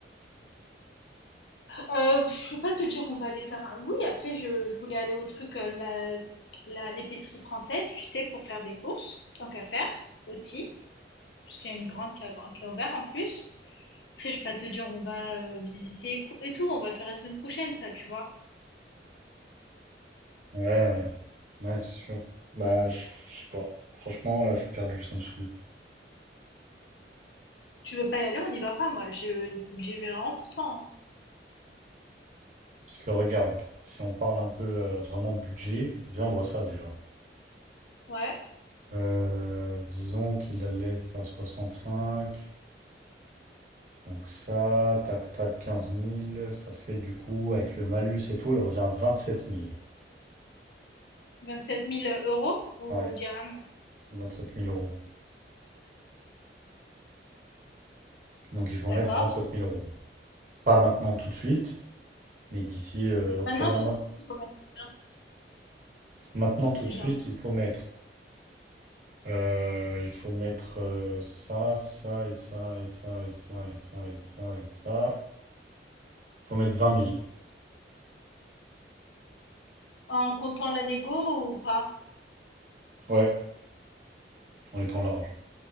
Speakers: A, on the left (about 80°); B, on the right (about 45°).
A: Euh, pff, je peux pas te dire, on va aller faire un. Oui, après, je, je voulais aller au truc, euh, la, la- l'épicerie française, tu sais, pour faire des courses, tant qu'à faire aussi. Parce qu'il y a une grande qui a, qui a ouvert en plus. Après, je vais pas te dire on va euh, visiter et cou- et tout, on va le faire la semaine prochaine, ça, tu vois.
B: Ouais, ouais. Ouais, c'est sûr. Bah, je je sais pas. Franchement, là, je suis perdu, ça me saoule.
A: Tu veux pas y aller, on n'y va pas, moi. Je, j'y vais vraiment pour toi. hein.
B: Parce que regarde, si on parle un peu, heu, vraiment budget, viens, on voit ça déjà.
A: Ouais.
B: Heu, disons qu'il la laisse à 65. Donc ça, tac, tac, quinze mille. Ça fait du coup, avec le malus et tout, elle revient à sept mille.
A: 27 000 euros ou
B: Ouais,
A: dirhams.
B: vingt-sept mille euros. Donc il faut
A: D'accord.
B: mettre vingt-sept mille euros. Pas maintenant tout de suite. Mais d'ici, euh, entre
A: Maintenant,
B: là,
A: tout
B: ma-
A: de suite, il faut mettre combien,
B: maintenant, tout
A: déjà?
B: de suite, il faut mettre. euh, il faut mettre euh, ça, ça, et ça, et ça, et ça, et ça, et ça, et ça. Il faut mettre vingt mille
A: En comptant la négo ou pas?
B: Ouais, en étant large.